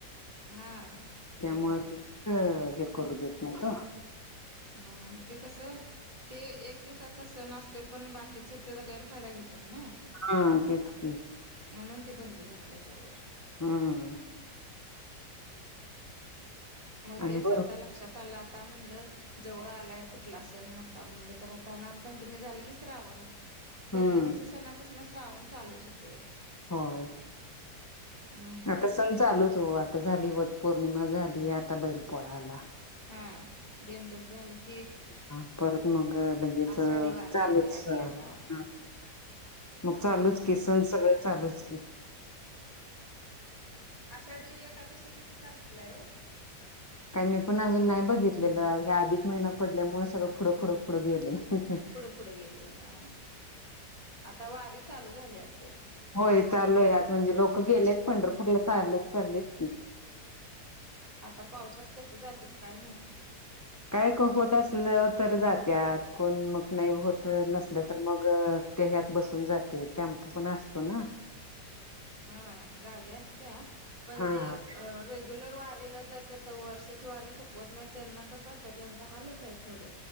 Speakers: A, on the right (about 20°); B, on the left (about 15°).
A: हा
B: त्यामुळे
A: त्यामुळं
B: ते अ हे करु देत नाही तो.
A: हा ते कसं ते एक दिवसाचा सण असतोय, पण बाकीचे त्याचा गैरफायदा घेतात ना.
B: हा तेच की.
A: म्हणून ती बंदी घातल्याय त्यावर.
B: हम्म.
A: मग
B: आणि
A: तेच
B: बर
A: आता लक्षात आलं. आता म्हणलं जवळ आलाय कुठला सण मोठा म्हणल तर, आता नागपंचमी झाल की श्रावण. पंचमीच्या
B: हम्म
A: सणापासून श्रावण चालूच होतोय.
B: होय.
A: हम्म
B: आता सण चालूच हो. आता झाली वट पौर्णिमा झाली. आता बैल पोळा आला.
A: हा बेंदर झालं की,
B: ह परत मग लगेच
A: आषाढी
B: चालेूच
A: वारी येते आणि
B: ह.
A: आता
B: मग चालूच
A: हा
B: की, सण सगळं चालूच की.
A: आषाढी एखकादशी किती तारखेलाय हो?
B: काय मी पण अजून नाय बघितलेलं. हे अधिक महिना पडल्यामुळे सगळं पुढं पुुढं पुढं गेलय. <unintelligible>
A: पुढे गेले, हा. आता वारी चालू झाली असल.
B: होय, चालूय म्हणजे लोक गेलेत पंढरपूरला. चालत चाललेत की.
A: आता पावसात कसं जात्यात, काय माह
B: काय क होत असलं तर जात्यात. कोण मग नाही होत,
A: हा
B: नसलं तर मग ते ह्यात बसून जाते. टॅम्पू पण असतो ना.
A: <inaudible> हा, गाडी असत्या. पण
B: हा
A: जे अ रेग्युलर वारीला जात्यात वर्षाची वारी चुकवत नाही. त्यांना कसं, आता त्यांचा हालचाय थोडं.